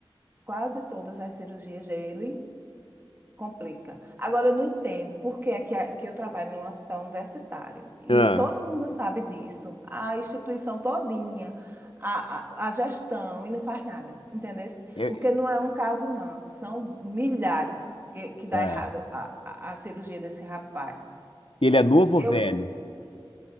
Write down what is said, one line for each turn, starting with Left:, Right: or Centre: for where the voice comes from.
Right: quase todas as cirurgias dele. Complica. Agora, eu não entendo por que é que, a- que eu trabalho num hospital universitário e
Left: Ah,
Right: todo mundo sabe disso, a instituição todinha, a, a, a gestão, e não faz nada, entendeu?
Left: Eu-
Right: Porque não é um caso, não, são milhares que, que dá
Left: é.
Right: errado a, a, a cirurgia desse rapaz.
Left: Ele é novo
Right: Eu,
Left: ou velho?